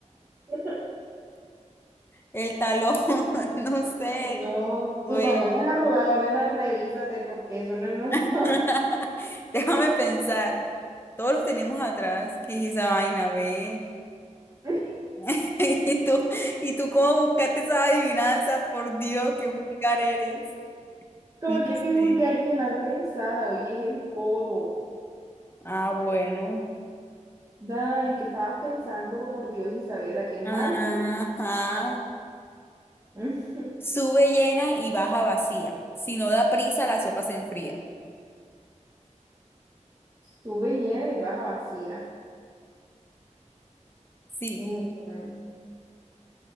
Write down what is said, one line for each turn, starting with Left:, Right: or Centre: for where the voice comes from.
Right: <laughs>
Left: El talón, <laughs> no sé,
Right: No,
Left: güey.
Right: tu talón es arrugado, nena, revísate porque eso no es normal.
Left: <laughs> Déjame pensar. Todos los tenemos atrás. ¿Qué es esa vaina, ve?
Right: <laughs>
Left: <laughs> ¿Y tú, y tú cómo buscaste esa adivinanza? Por Dios, qué vulgar eres.
Right: Como
Left: No
Right: que qué vulgar,
Left: sé.
Right: qué mal pensada. Oye, es el codo.
Left: Ah, bueno.
Right: Ay, ¿qué estabas pensando? Por Dios, Isabela, qué mal
Left: Ajá.
Right: pensada. <laughs>
Left: Sube llena y baja vacía. Si no da prisa, la sopa se enfría.
Right: Sube llena y baja vacía.
Left: Sí,
Right: Eh,